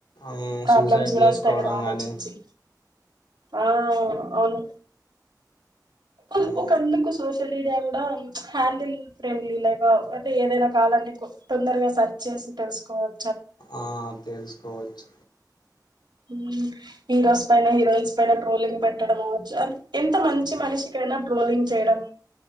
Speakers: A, on the left; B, on the right.
A: ఉమ్,
B: ప్రాబ్లమ్స్
A: సూసైడ్
B: కూడా
A: చేసుకోవడం
B: వస్తాయి. కదా ఆలోచించి
A: కానీ
B: ఆ అవు అవును కొంద్
A: ఆ
B: ఒకందుకు సోషల్ మీడియా కూడా ప్చ్ హ్యాండిల్, ఫ్రెండ్లీలాగా అంటే ఏదైనా కావాలంటే, ఎక్కువ్ తొందరగా సర్చ్ చేసి తెలుసుకోవాల్
A: ఆ తెలుసుకోవచ్చు.
B: హ్మ్ హీరోస్ పైన, హీరోయిన్స్ పైన, ట్రోలింగ్ పెట్టడము. చార్లి ఎంత మంచి మనిషికైనా ట్రోలింగ్ చేయడం.